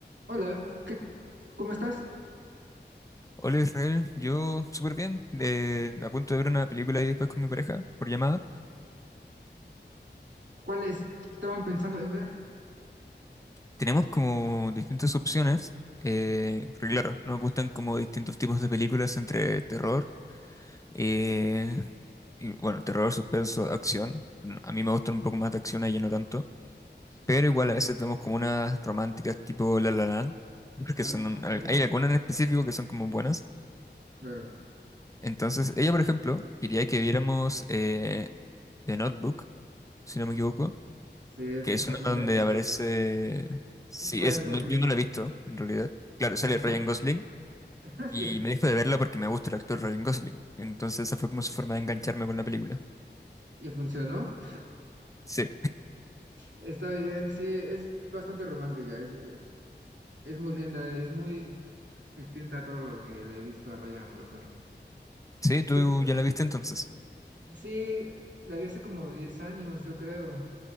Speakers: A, on the right (about 75°); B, on the left (about 15°).
A: Hola, ¿qué, cómo estás?
B: Hola Israel, yo súper bien, eh, a punto de ver una película y después con mi pareja por llamada.
A: ¿Cuáles estaban pensando en ver?
B: Tenemos como distintas opciones, eh, porque claro, nos gustan como distintos tipos de películas entre terror, eh, y, bueno, terror, suspenso, acción. No, A mí me gustan un poco más de acción, a ella no tanto, pero igual a veces vemos como unas románticas tipo La La Land, porque
A: Nada,
B: son,
A: ok,
B: al- hay algunas en específico que son como buenas.
A: claro.
B: Entonces, ella, por ejemplo, quería que viéramos eh, The Notebook, si no me equivoco
A: Sí, es
B: que es
A: bastante
B: una donde
A: romántica.
B: aparece... Sí,
A: Ryan
B: es... no-
A: Gosling.
B: yo no la he visto, en realidad. Claro, sale
A: Ah, ¿no?
B: Ryan Gosling
A: <laughs>
B: y
A: Sí.
B: me dejo de verla porque me gusta el actor Ryan Gosling. Entonces esa fue como su forma de engancharme con la película.
A: ¿Y funcionó?
B: Sí,
A: Está bien, sí, es bastante romántica. Es, eh, es muy linda, es muy distinta a todo lo que le he visto a Ryan Gosling.
B: sí, tú
A: Creo
B: ya la viste entonces.
A: que sí, la vi hace como 10 años, yo creo.